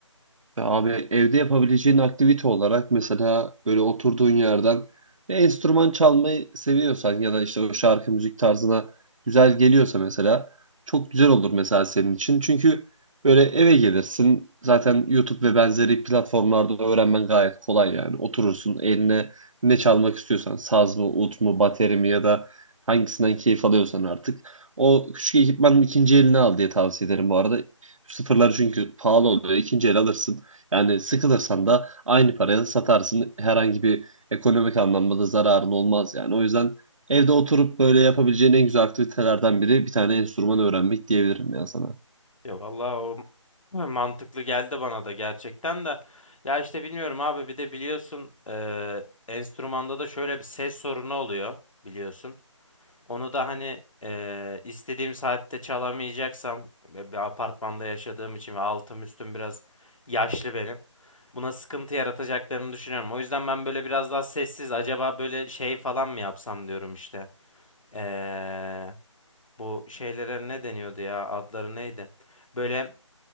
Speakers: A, on the right; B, on the left.
A: Ya abi evde yapabileceğin aktivite olarak mesela böyle oturduğun yerden bir enstrüman çalmayı seviyorsan ya da işte o şarkı müzik tarzına güzel geliyorsa mesela çok güzel olur mesela senin için. Çünkü böyle eve gelirsin zaten YouTube ve benzeri platformlarda öğrenmen gayet kolay yani. Oturursun eline ne çalmak istiyorsan saz mı, ut mu, bateri mi ya da hangisinden keyif alıyorsan artık. O küçük ekipmanın ikinci elini al diye tavsiye ederim bu arada. Sıfırları çünkü pahalı oluyor. İkinci el alırsın. Yani sıkılırsan da aynı paraya satarsın. Herhangi bir ekonomik anlamda da zararın olmaz yani. O yüzden evde oturup böyle yapabileceğin en güzel aktivitelerden biri bir tane enstrüman öğrenmek diyebilirim ya sana.
B: Ya vallahi o m- mantıklı geldi bana da gerçekten de. Ya işte bilmiyorum abi bir de biliyorsun eee enstrümanda da şöyle bir ses sorunu oluyor biliyorsun. Onu da hani eee, istediğim saatte çalamayacaksam ve bir apartmanda yaşadığım için ve altım üstüm biraz yaşlı benim. Buna sıkıntı yaratacaklarını düşünüyorum. O yüzden ben böyle biraz daha sessiz acaba böyle şey falan mı yapsam diyorum işte. Eee, bu şeylere ne deniyordu ya adları neydi? Böyle